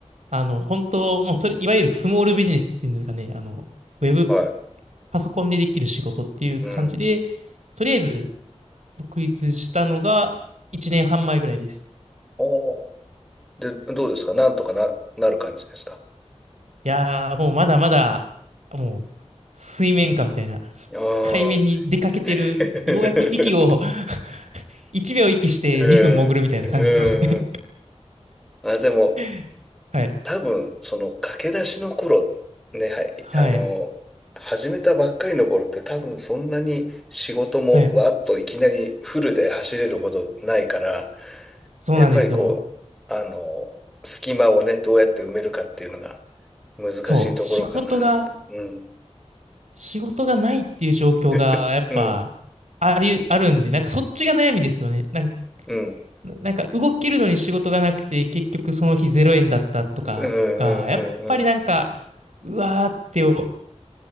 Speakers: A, on the right; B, in the centre.
A: あの、本当、もうそれ、いわゆるスモールビジネスっていうんですかね、あの、ウェブ
B: はい。
A: パソコンでできる仕事っていう感じで、
B: うん。
A: とりあえず独立したのが1年半前ぐらいです。
B: おーで、どうですかなんとかな、なる感じですか
A: いやー、もうまだまだ、もう、水面下みたいな、
B: ああ
A: 海面に出かけてる、
B: ー。
A: ようやく息を
B: <laughs>
A: <laughs> 1秒息して2分潜るみたいな感じですかね
B: へえ、うん。あ、でも、
A: <laughs> はい。
B: 多分、その駆け出しの頃、ね、はい、
A: はい。
B: あの、始めたばっかりの頃って多分そんなに仕事もわっといきなりフルで走れるほどないから、
A: はい。そうなんですよ。
B: やっぱりこう、あの、隙間をね、どうやって埋めるかっていうのが難しいところかな。
A: そう。仕事が
B: うん、
A: 仕事がないっていう状況がやっぱあり、
B: <laughs> うん、
A: あるんで、なんかそっちが悩みですよね。なん
B: うん、うん、
A: ななんか動けるのに仕事がなくて結局その日0円だったとかが、
B: うん、
A: やっぱりなんか、
B: うん、
A: うわーってお